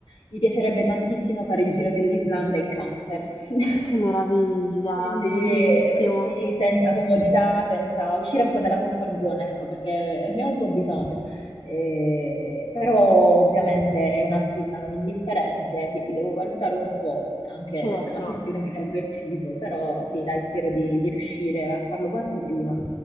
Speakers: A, on the left; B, on the left.
A: mi piacerebbe tantissimo fare il giro dell'Islanda in camper. <laughs>
B: Che meraviglia,
A: Quindi
B: bellissimo.
A: eh, sì, senza comodità, senza uscire un po' dalla comfort zone, ecco, perché ne ho un po' bisogno. Eh, però ovviamente è una spesa non indifferente, quindi devo valutare un po' anche
B: Certo.
A: per la questione freddo e cibo, però sì, dai, spero di di riuscire a farlo quanto prima.